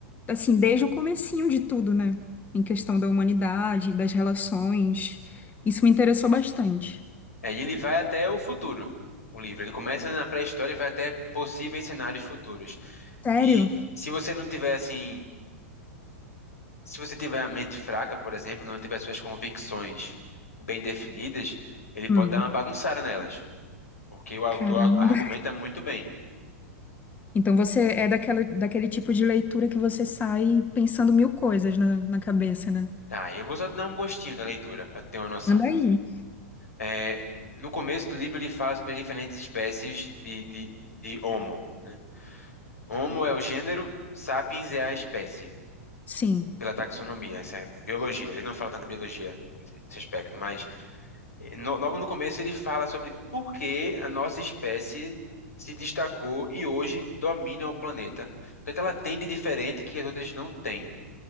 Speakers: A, on the left; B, on the left.
A: assim, desde o comecinho de tudo, né? Em questão da humanidade, das relações. Isso me interessou bastante.
B: É, e ele vai até o futuro, o livro. Ele começa na pré-história e vai até possíveis cenários futuros.
A: Sério?
B: E se você não tiver, assim, se você tiver a mente fraca, por exemplo, não tiver suas convicções bem definidas, ele pode
A: Hum.
B: dar uma bagunçada nelas. porque o autor
A: Caramba.
B: ar- argumenta muito bem.
A: Então você é daquela, daquele tipo de leitura que você sai pensando mil coisas na, na cabeça, né?
B: Tá, eu vou só dar um gostinho da leitura, para ter uma noção.
A: Anda aí.
B: É, no começo do livro, ele fala sobre as diferentes espécies de, de, de Homo, né? Homo é o gênero, Sapiens é a espécie,
A: Sim,
B: pela taxonomia, essa é a biologia. Ele não fala tanta biologia nesse nesse aspecto, mas eh, no- logo no começo ele fala sobre por que a nossa espécie se destacou e hoje domina o planeta. O que é que ela tem de diferente que as outras não têm?